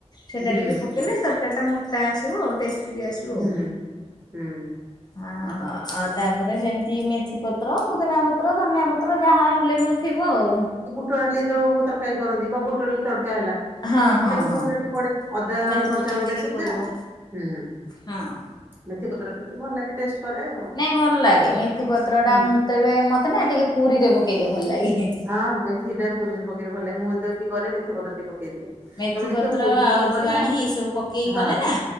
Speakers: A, on the left; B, on the right.
A: ସେଟା
B: ହୁଁ
A: ଟିକେ ପକେଇଲେ ତରକାରୀଟା ମୋ ଟା ଆସିବ ଟେଷ୍ଟ ବି ଆସିବ।
B: ହୁଁ
A: ଆଉ।
B: ହୁଁ।
A: ହଁ ଅ ଆଉ ତାପରେ ସେମତି ମେଥି ପତ୍ର ପୁଦିନା ପତ୍ର ଧନିଆ ପତ୍ ର ଯାହା ଆଭେଲେବଲ୍ ଥିବ ଆଉ।
B: ବୁଟଡାଲି ବେଳକୁ ତରକାରୀ କରନ୍ତି ବ ବୁଟଡ଼ାଲି ତଡକା ହେଲା
A: ହଁ ହଁ
B: ମେଥି
A: ହଁ।
B: ପତ୍ର ଟି ପଡେ। ଅଦା
A: ମେଥି
B: କଞ୍ଚାଲଙ୍କା
A: ପତ୍ର ଟିକେ
B: ଟାଏ ଛେଚା
A: ପଡିବ
B: ହୁଁ
A: ହଁ।
B: ମେଥି ପତ୍ର ଟାଏ ଟିକେ ଭଲ ଲାଗେ ଟେଷ୍ଟ। କରେ ଆଉ।
A: ନାଇଁ ଭଲ ଲାଗେ ମେଥି ପତ୍ର
B: ହୁଁ
A: ଟା ମୁଁ ତେବେ ମତେ ନା ଟିକେ ପୁରୀରେ ପକେଇଲେ ଭଲ ଲାଗେ ହେ।
B: ହଁ ମେଥି ଟା ପୁରି ରେ ପକେଇଲେ ଭଲ ଲା ମୁଁ ଦେବି କରେ ମେଥି ପତ୍ର ଟି ପକେଇଦିଏ।
A: ମେଥିପତ୍ର
B: ତମେ ଦେଖିବ ପୁରୀ ଯେତେବେଳେ
A: ଆଉ
B: କରିବ
A: ଜୁଆଣି ଏସବୁ ପକେଇକି
B: ହଁ
A: କଲେ ନା